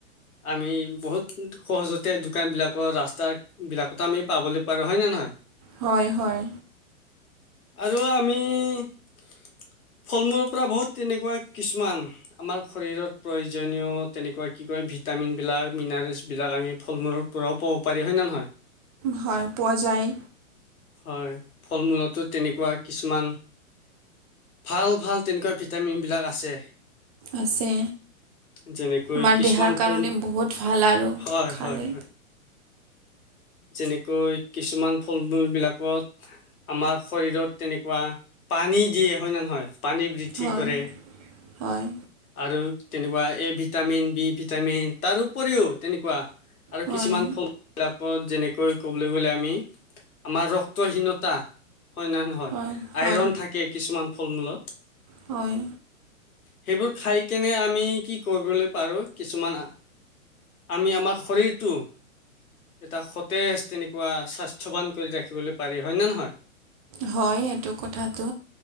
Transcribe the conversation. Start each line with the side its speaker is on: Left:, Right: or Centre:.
Left: আমি বহুত সহজতে দোকান বিলাকৰ ৰাস্তা বিলাকতো আমি পাবলৈ পাৰো হয় নে নহয়।
Right: হয় হয়।
Left: আৰু আমি ফল মূলৰ পৰা বহুত তেনেকুৱা কিছুমান আমাৰ শৰীৰত প্ৰয়োজনীয় তেনেকুৱা কি কয় ভিত ভিটামিনবিলাক মিনাৰেলছবিলাক আমি ফল মূলৰ পৰাও পাব পাৰি হয় নে নহয়।
Right: হয় পোৱা যায়।
Left: হয় ফল মূলতো তেনেকুৱা কিছুমান ভাল ভাল তেনেকুৱা ভিটামিন বিলাক আছে।
Right: আছে।
Left: যেনেকৈ
Right: আমাৰ
Left: কিছুমান
Right: দেহাৰ কাৰণে
Left: ফল
Right: বহুত ভাল আৰু
Left: হয়
Right: খালে
Left: হয়। যেনেকৈ কিছুমান ফল মূল বিলাক। আমাৰ শৰীৰত তেনেকুৱা পানী দিয়ে হয় ন নহয়। পানী বৃদ্ধি
Right: হয়
Left: কৰে
Right: হয়
Left: আৰু তেনেকুৱা এ ভিটামিন বি ভিটামিন তাৰ উপৰিও তেনেকুৱা। আৰু
Right: হয়
Left: কিছুমান ফল বিলাকত যেনেকৈ ক'বলৈ গ'লে আমি আমাৰ ৰক্ত হীনতা হয় না নহয়
Right: হয়
Left: আইৰণ
Right: হয়
Left: থাকে কিছুমান ফল মূলত।
Right: হয়।
Left: সেইবোৰ খাই কেনে আমি কি কৰিবলৈ পাৰো কিছুমান আমি আমাৰ শৰীৰটো এটা সতেজ তেনেকুৱা স্বাস্থ্যৱান কৰি ৰাখিবলৈ পাৰি হয় নে নহয়।
Right: হয় এইটো কথাটো